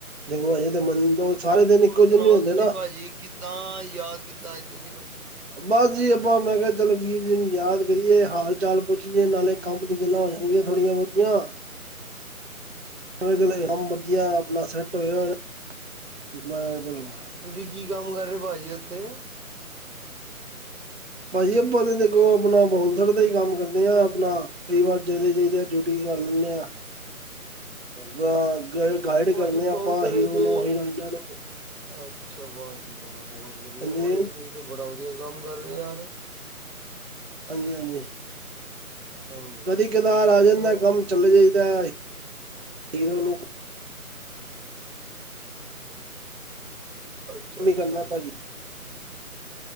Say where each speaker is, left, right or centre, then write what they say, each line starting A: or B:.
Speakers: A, on the right (about 45°); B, on the right (about 75°).
A: ਦੇਖੋ, ਹਜੇ ਤੇ ਮੰਨ <unintelligible> ਸਾਰੇ ਦਿਨ ਇੱਕੋ
B: ਹੋਰ ਸੁਣਾਓ
A: ਜੇ ਨਈਂ ਹੁੰਦੇ
B: ਤੁਸੀਂ
A: ਨਾਂ।
B: ਭਾਜੀ ਕਿੱਦਾਂ ਯਾਦ ਕੀਤਾ ਅੱਜ ਤੁਸੀਂ ਮੈਨੂੰ?
A: ਬਸ ਜੀ, ਆਪਾਂ ਮੈਂ ਕਿਆ ਚੱਲੋ ਵੀਰ ਜੀ ਨੂੰ ਯਾਦ ਕਰੀਏ, ਹਾਲ-ਚਾਲ ਪੁੱਛੀਏ ਨਾਲੇ ਕੰਮ ਦੀ ਗੱਲਾਂ ਹੋ ਜਾਂਣਗੀਆਂ ਥੋੜੀਆਂ-ਬੋਤੀਆਂ। ਚਲੋ ਚਲੇ ਕੰਮ ਵਧੀਆ ਆਪਣਾ ਸੈਟ ਹੋਜੇਗਾ ਤੇ <unintelligible>
B: ਤੁਸੀਂ ਕੀ ਕੰਮ ਕਰਦੇ ਭਾਜੀ ਉੱਥੇ?
A: ਭਾਜੀ ਆਪਾਂ ਤਾਂ ਦੇਖੋ ਆਪਣਾ ਬਾਉਂਸਰ ਦਾ ਈ ਕੰਮ ਕਰਦੇ ਆਂ ਆਪਣਾ। ਕਈ ਵਾਰ ਚਲੇ ਜਾਈਦਾ, ਡਿਊਟੀ ਕਰ ਲੈਂਣੇ ਆਂ। ਬਾ ਗਾਈ ਗਾਈਡ
B: ਉਹ ਭਾਜੀ
A: ਕਰਨੇ ਆਪਾਂ
B: ਬਾਊਂਸਰ
A: ਹੀਰੋ
B: ਇਥੇ
A: ਨੂੰ, ਹੀਰੋਇਨਾਂ ਨੂੰ।
B: ਅੱਛਾ, ਵਾਹ ਜੀ ਵਾਹ। ਬਹੁਤ ਵਧੀਆ
A: ਹਾਂਜੀ
B: ਵਾ ਜੀ ਤੁਹੀਂ ਤੇ ਬੜਾ ਵਧੀਆ ਕੰਮ ਕਰ ਰੇ ਯਾਰ।
A: ਹਾਂਜੀ ਹਾਂਜੀ।
B: ਹਾਂਜੀ।
A: ਕਦੀ-ਕਦਾਰ ਆ ਜਾਂਦਾ
B: ਉਹ
A: ਕੰਮ, ਚੱਲੇ ਚਾਈਦਾ। ਹੀਰੋ ਨੂੰ
B: ਅੱਛਾ
A: ਕੰਮ
B: ਅੱਛਾ।
A: ਹੀ ਕਰਦਾ
B: <unintelligible>
A: ਭਾਜੀ